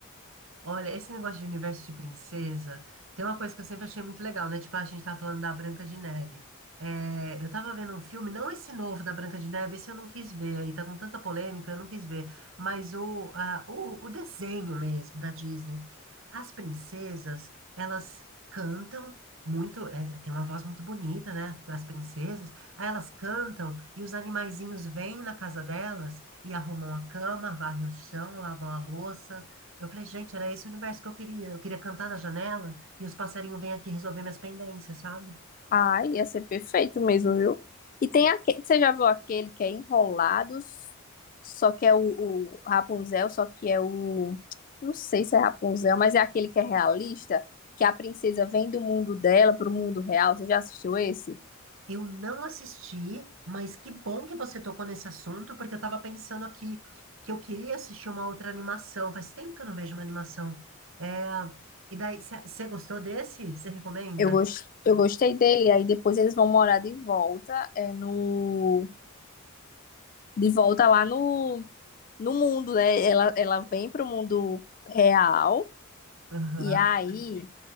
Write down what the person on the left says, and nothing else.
Ai, ia ser perfeito mesmo, viu? E tem aquele, você já viu aquele que é Enrolados, só que é o, o Rapunzel, só que é o. Não sei se é Rapunzel, mas é aquele que é realista, que a princesa vem do mundo dela pro mundo real. Você já assistiu esse?
Eu, gos- eu gostei dele. Aí depois eles vão morar de volta, é, no, de volta lá no, no mundo, né? Ela, ela vem pro mundo real.
E aí,